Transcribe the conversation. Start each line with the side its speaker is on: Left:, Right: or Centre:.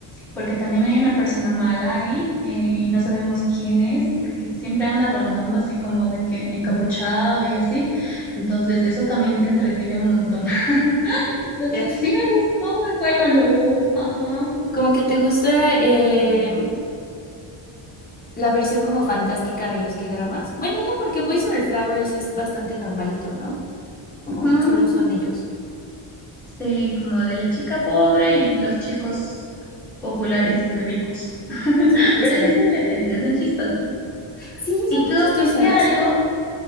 Centre: porque también hay una persona mala ahí eh, y no sabemos quién es, porque siempre anda rondando así como de que encapuchado y así. Entonces, eso también te entretiene un montón. <laughs> Entonces,
Left: Ya.
Centre: sí me gustó, fue algo nuevo. Ajá.
Left: Como que te gusta em, la versión como fantástica de los K-dramas. Bueno, no, porque Boys Over Flowers es bastante normalito, ¿no? Como
Centre: ujú.
Left: solo son ellos.
Centre: Sí, como de la chica pobre y los chicos populares y ricos. <laughs>
Left: Sí, justo.
Centre: Pero sí se entretenidas, son chistosos.
Left: Sí,
Centre: ¿Y
Left: son
Centre: tú
Left: muy chistosas.
Centre: viste algo?